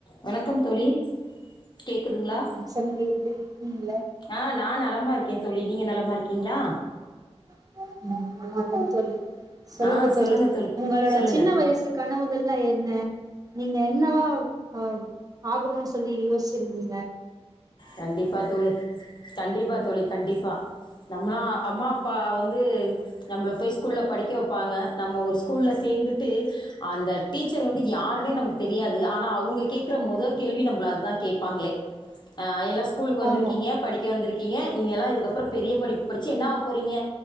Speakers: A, on the left; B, on the right.
A: வணக்கம் தோழி கேக்குதுங்ளா
B: ம் சொல்லுங்க எப்டி இருக்கீங்கள
A: ஆ நா நலமாருக் கே தோழி நீங்க நலமா இருக்கீங்ளா?
B: <inaudible> தோழி சொல்லுங்க
A: ஆ சொல்லுங்கள்
B: தோழி உங்களோட
A: சொல்லுங்கள்
B: சின்ன வயசு கனவுகள்லா என்ன நீங்க என்னவா ஆ ஆகணுன் சொல்லி யோசுச்சிருந்தீங்க?
A: கண்டிப்பா தோழி கண்டிப்பா தோழ கண்டிப்பா நம்மளா அம்மா அப்பா வந்து நம்ள போய் ஸ்கூல்ல படிக்க வப்பாங்க நம்ம ஒரு ஸ்கூல்ல சேந்துட்டு அந்த டீச்சர் வந்து யாருனே நமக்கு தெரியாது ஆனா அவுங்க கேக்குற மொத கேள்வி நம்மள அதா கேப்பாங்களே ஆ எல்லா ஸ்கூலுக்கு வந்துருக்கீங்க
B: ஆமா
A: படிக்க வந்துரு க்கீங்க நீங்க எல்லா இதுக்கப்றோ பெரிய படிப்பு படுச்சு என்னாவ போறீங்க